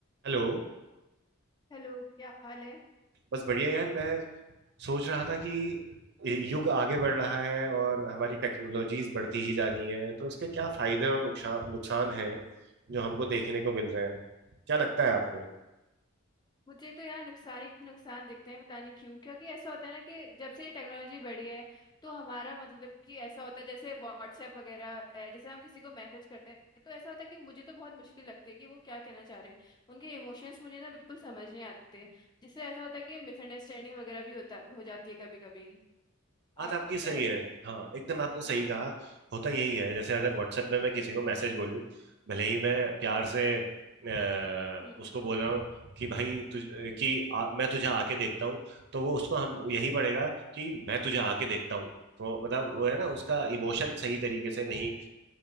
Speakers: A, on the right; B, on the left.
A: Hello
B: Hello क्या हाल है
A: बस बढ़िया यार मैं सोच रहा था कि युग आगे बढ़ रहा है और हमारी टेक्नोलॉजीज
B: हम्म,
A: बढ़ती ही जा रही हैं तो इसके क्या फायदे और नुकसान नुकसान हैं जो हमको देखने को मिल रहे हैं क्या लगता है आपको
B: मुझे तो यार नुकसान ही नुकसान दिखते हैं पता नहीं क्यों क्योंकि ऐसा होता है ना कि जब से टेक्नोलॉजी बढ़ी है तो हमारा मतलब कि ऐसा होता है जैसे व्हाट्सएप वगैरह अ, जैसे हम किसी को मैसेज करते हैं तो ऐसा होता है कि मुझे तो बहुत मुश्किल लगती है कि वो क्या कहना चाह रहे हैं उनके इमोशंस मुझे ना बिल्कुल समझ नहीं आते जिससे ऐसा होता है कि मिसअंडरस्टैंडिंग वगैरह भी होता हो जाती है कभी कभी
A: बात
B: आपको
A: आपकी
B: क्या
A: सही
B: लगता
A: है
B: है
A: हाँ एकदम आपने सही
B: हाँ
A: कहा होता यही है
B: हम्म
A: जैसे अगर व्हाट्सएप में मैं किसी को मैसेज बोलूं भले ही मैं प्यार से अ,
B: हम्म,
A: उसको बोल रहा हूँ कि भाई तुझ कि आ, मैं तुझे आके देखता हूँ तो वो उसको हम यही पड़ेगा कि मैं तुझे आके देखता हूँ तो मतलब वो है ना उसका इमोशन सही तरीके से नहीं अ,